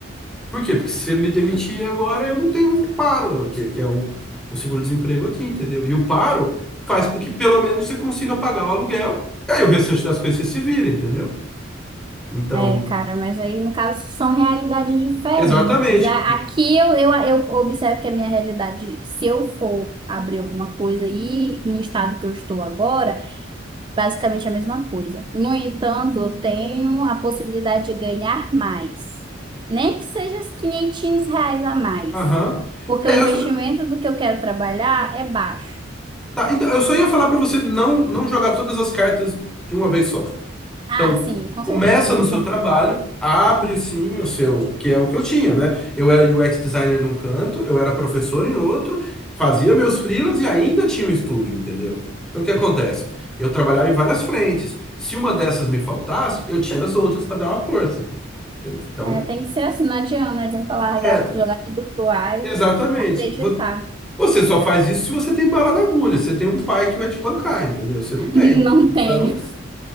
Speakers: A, in the centre; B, on the right.
A: Por quê? Porque se você me demitir agora, eu não tenho paro, que, que é o, o seguro-desemprego aqui, entendeu? E o paro faz com que pelo menos você consiga pagar o aluguel, e aí o restante das coisas você se vira, entendeu? Então,
B: É, cara, mas aí, no caso, são realidades diferentes.
A: exatamente.
B: A- Aqui eu, eu, eu observo que a minha realidade, se eu for abrir alguma coisa aí no estado que eu estou agora, Basicamente a mesma coisa. No entanto, eu tenho a possibilidade de ganhar mais. Nem que seja os 500 reais a mais.
A: Aham.
B: Porque
A: É,
B: o investimento
A: eu, só-
B: do que eu quero trabalhar é baixo.
A: tá, então, eu só ia falar pra você não, não jogar todas as cartas de uma vez só.
B: Ah,
A: Então,
B: sim, com
A: começa
B: certeza, eu
A: no seu
B: penso
A: trabalho,
B: igual.
A: abre sim o seu, que é o que eu tinha, né? Eu era UX designer num canto, eu era professor em outro, fazia meus freelas e ainda tinha um estúdio, entendeu? Então, o que acontece? Eu trabalhava em várias frentes. Se uma dessas me faltasse, eu tinha as outras para dar uma força. entendeu? Então,
B: É, tem que ser assim, não adianta, não adianta largar,
A: é,
B: jogar tudo pro ar e,
A: exatamente.
B: e acreditar.
A: Vo- Você só faz isso se você tem bala na agulha, você tem um pai que vai te bancar, entendeu? Você não tem.
B: <laughs> Não
A: Então
B: tenho.